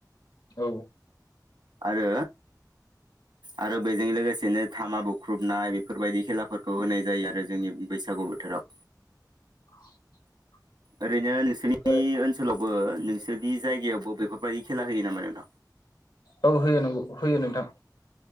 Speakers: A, on the left; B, on the right.
A: औ
B: आरो आरो बेजों लोगोसे बिदिनो थामा बुख्रुबनाय बेफोरबायदि खेलाफोरखौ होनाय जायो आरो जोंनि बैसागु बोथोराव
A: <inaudible>
B: ओरैनो नोंसोरनि
A: ओमफ्राय
B: ओनसोलाव ओ नोंसोरनि जायगायावबो बेफोरबायदि खेला होयो नामा नोंथां?
A: औ होयो नंगौ होयो नोंथां।